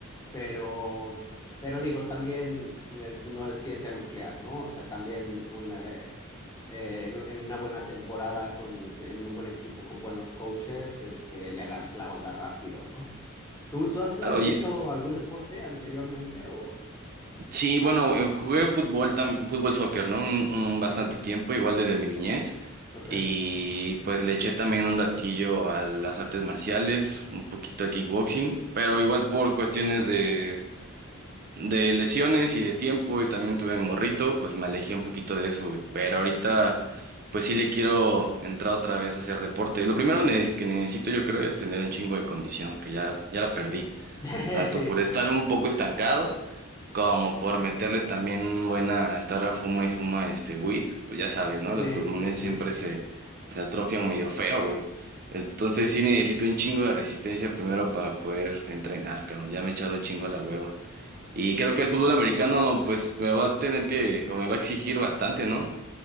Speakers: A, on the left; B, on the right.
A: pero, pero digo, también eh, no es ciencia nuclear, ¿no? O sea, también una, eh, en, en una buena temporada, con, en un buen equipo, con buenos coaches, este, le agarras la onda rápido, ¿no? ¿Tú, tú has ah,
B: Ah, Oye.
A: hecho algún deporte anteriormente o...?
B: Sí, bueno, eh, jugué fútbol, tam- fútbol soccer, ¿no? Un, un bastante
A: Ujú,
B: tiempo, igual desde mi niñez.
A: Ok.
B: Y pues le eché también un ratillo a las artes marciales, un poquito a kickboxing, pero igual por cuestiones de, de lesiones y de tiempo, y también tuve morrito, pues me alejé un poquito de eso, güey. Pero ahorita, pues sí le quiero entrar otra vez a hacer deporte. Lo primero ne- que necesito, yo creo, es tener un chingo de condición, que ya, ya la perdí
A: <laughs>
B: tanto
A: Sí,
B: por estar un poco estancado como por meterle también buena, estar a fuma y fuma este weed, pues ya sabes, ¿no?
A: sí,
B: Los pulmones
A: sí, sí.
B: siempre se, se atrofian medio feo, güey. Entonces sí necesito un chingo de resistencia primero para poder entrenar, cabrón. Ya me he echado un chingo a la hueva. Y creo que el fútbol americano, pues me va a tener que, o me va a exigir bastante, ¿no?